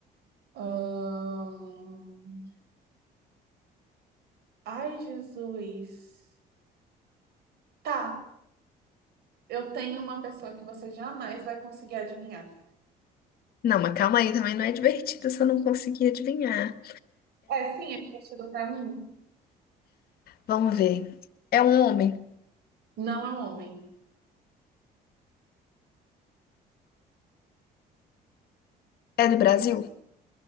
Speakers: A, on the right (about 70°); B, on the left (about 65°).
A: Ahn, Ai, Jesus. Tá, eu tenho uma pessoa que você jamais vai conseguir adivinhar.
B: Não, mas calma aí, também não é divertido se eu não conseguir adivinhar.
A: É, sim, é conhecido pra mim.
B: Vamos ver. É um homem?
A: Não é um homem.
B: É do Brasil?